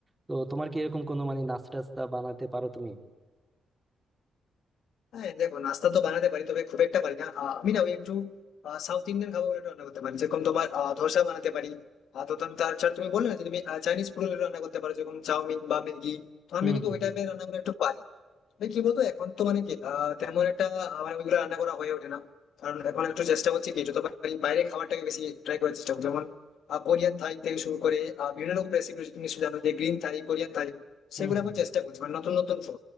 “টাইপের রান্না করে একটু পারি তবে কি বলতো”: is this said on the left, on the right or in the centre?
Left